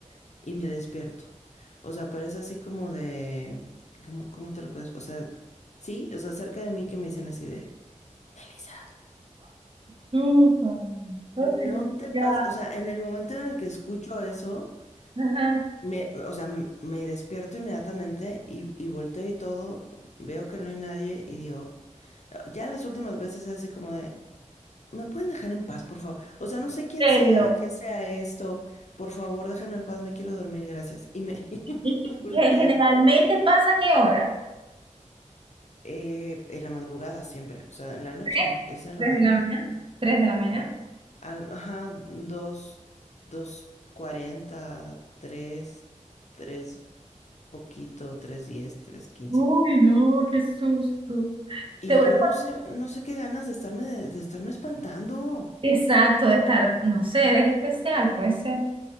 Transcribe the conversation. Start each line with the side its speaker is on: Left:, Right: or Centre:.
Left: y me despierto. O sea, pero es así como de, ¿cómo, cómo te lo puedes? O sea, sí, o sea, cerca de mí que me dicen así de, Elisa.
Right: Súper. Ay,
Left: No te
Right: ya.
Left: pasa, o sea, en el momento en el que escucho eso,
Right: Ajá.
Left: me, o sea, m- me despierto inmediatamente y, y volteo y todo, veo que no hay nadie y digo, ya las últimas veces así como de, ¿me pueden dejar en paz, por favor? O sea, no sé quién
Right: ¿En
Left: sea,
Right: serio?
Left: qué sea esto, por favor, déjenme en paz, me quiero dormir, gracias. Y me, <laughs> y
Right: ¿Y
Left: me
Right: qué-
Left: volteo.
Right: qué generalmente pasa a qué hora?
Left: Eh, en la madrugada siempre, o sea, en la noche
Right: ¿Tres?
Left: no, es en
Right: ¿Tres
Left: la madrugada.
Right: de la mañana? ¿Tres de la mañana?
Left: Al- ajá, dos, dos cuarenta, tres, tres poquito, tres diez, tres quince.
Right: Uy, no, qué susto.
Left: Y
Right: Te voy
Left: yo
Right: a-
Left: no sé, no sé qué ganas de estarme, de, de estarme espantando.
Right: Exacto, de estar, no sé, eres especial, puede ser,